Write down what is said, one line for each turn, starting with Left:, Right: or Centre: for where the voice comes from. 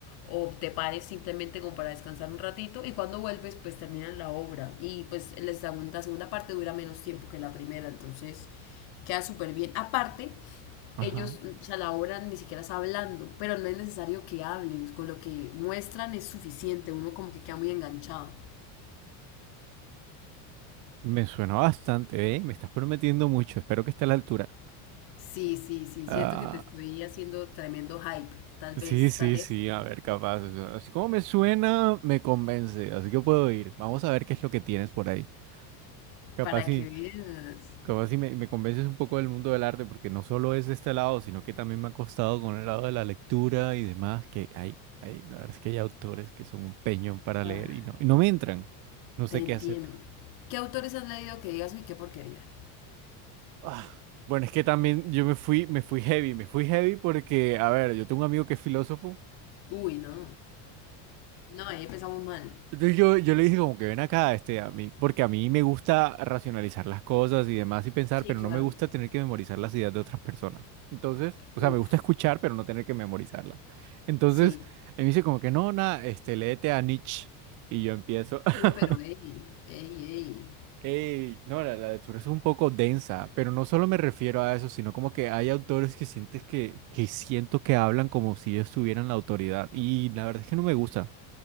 Left: o te pares simplemente como para descansar un ratito y cuando vuelves pues terminan la obra y pues la segunda, la segunda parte dura menos tiempo que la primera, entonces queda súper bien. Aparte,
Right: Ajá.
Left: ellos mm, o sea, la obra ni siquiera está hablando, pero no es necesario que hablen, con lo que muestran es suficiente, uno como que queda muy enganchado.
Right: Me suena bastante, ¿eh? Me estás prometiendo mucho, espero que esté a la altura.
Left: Sí, sí, sí,
Right: Ah,
Left: siento que te estoy haciendo tremendo hype, tal
Right: sí,
Left: vez,
Right: sí,
Left: tal vez,
Right: sí, a ver, capaz. o sea, Así como me suena, me convence, así que puedo ir. Vamos a ver qué es lo que tienes por ahí. Capaz
Left: para
Right: sí.
Left: que veas.
Right: Como si me, me convences un poco del mundo del arte, porque no solo es este lado, sino que también me ha costado con el lado de la lectura y demás, que hay, hay, la verdad es que hay autores que son un peñón para
Left: Ah,
Right: leer y no, y no me entran. No sé
Left: te entiendo.
Right: qué hacer.
Left: ¿Qué autores has leído que digas, uy, qué porquería?
Right: Ah, bueno, es que también yo me fui, me fui heavy, me fui heavy porque, a ver, yo tengo un amigo que es filósofo
Left: Uy, no. No, ahí empezamos mal.
Right: Entonces yo, yo le dije como que ven acá, este, a mí, porque a mí me gusta racionalizar las cosas y demás y pensar,
Left: Sí,
Right: pero
Left: claro.
Right: no me gusta tener que memorizar las ideas de otras personas. Entonces, o
Left: Uf,
Right: sea, me gusta escuchar, pero no tener que memorizarlas. Entonces,
Left: sí.
Right: él me dice como que no, nada, este, léete a Nietzsche. Y yo empiezo, <laughs>
Left: Uy, pero ey, ey, ey.
Right: ey, no, la, la lectura es un poco densa, pero no solo me refiero a eso, sino como que hay autores que sientes que, que siento que hablan como si ellos tuvieran la autoridad. Y la verdad es que no me gusta.